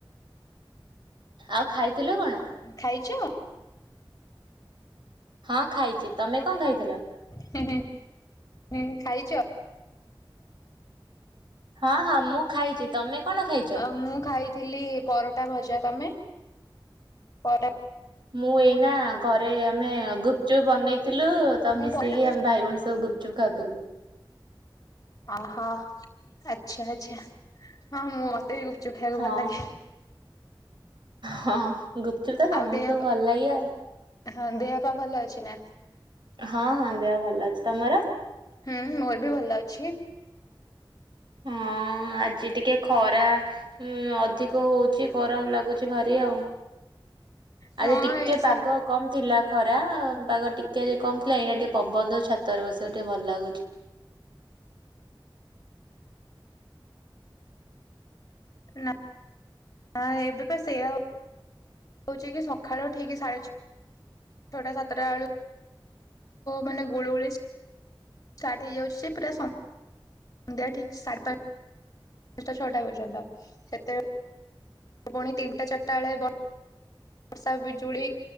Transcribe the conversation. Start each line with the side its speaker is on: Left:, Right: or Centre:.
Right: ଆଉ ଖାଇଥିଲ କଣ।
Left: ଖାଇଛ।
Right: ହଁ ଖାଇଛି। ତମେ କଣ ଖାଇଥିଲ?
Left: ହଁହୁଁହ ଖାଇଛ।
Right: ହଁ ହଁ ମୁଁ ଖାଇଛି। ତମେ କଣ ଖାଇଛ?
Left: ଆ ମୁଁ ଖାଇଥିଲି ପରଟା ଭଜା ତମେ ପରା
Right: ମୁଁ ଏଇନା ଘରେ ଆମେ ଗୁପଚୁପ୍ ବନେଇଥିଲୁ ତ
Left: ମୁଁ
Right: ମିଶିକି
Left: ପରଟା ଭଜା
Right: ଆମେ ଭାଇ ଭଉଣୀ ସବୁ ଗୁପଚୁପ। ଗୁପଚୁପ୍ ଖାଉଥୁଲୁ।
Left: ଓହୋ ଆଛା ଆଚ୍ଛା ହଁ ମୁଁ ମତେ ଗୁପଚୁପ ବି ଖାଇବାକୁ
Right: ହଁ
Left: ଭଲ ଲାଗେ।
Right: ହଁ ଗୁପଚୁପ୍ ତ ସମସ୍ତଙ୍କୁ
Left: ଆଉ ଦେହ ପା
Right: ଭଲ ଲାଗେ ଆଉ।
Left: ହଁ ଦେହ ପା ଭଲ ଅଛି ନା।
Right: ହଁ ହଁ ଦେହ ଭଲ ଅଛି ତମର?
Left: ହୁଁ ମୋର୍ ବି ଭଲ ଅଛି।
Right: ହଁ ଆଜି ଟିକେ ଖରା ଉଁ ଅଧିକ ହଉଛିି ଗରମ୍ ଲାଗୁଛି ଭାରି ଆଉ।
Left: ହଁ
Right: ଆଜି ଟିକେ
Left: ଏ
Right: ପାଗ।
Left: ସ
Right: କମ୍ ଥିଲା ଖରା ପାାଗ ଟିକେ କମ୍ ଥିଲା ଏଇନା ଟିକେ ପବନ ଛାତରେ ବସିବାକୁ ଟିକେ ଭଲ ଲାଗୁଛି।
Left: ନା। ହଁ ଏବେ ସେଇଆ ହଉ ହଉଛି କି ସକାଳୁ ଠିକ୍ ସାଢେ ଛଅଟା ସାତଟା ବେଳୁକୁ ମାନେ ଗୁଳୁଗୁଳି ଟା ଷ୍ଟାଟ ହେଇଯାଉଛି ପୁରା ସନ୍ ସନ୍ଧ୍ୟା ଠିକ୍ ସାଢ଼େ ପାଞ୍ଚ୍-ପାଞ୍ଚଟା ଛଅଟା ପର୍ଯ୍ୟନ୍ତ ସେତେବେଳେ। ପୁଣି ତିନିଟା ଚାରିଟା ବେଳେ ବ ବର୍ଷା ବିଜୁଳି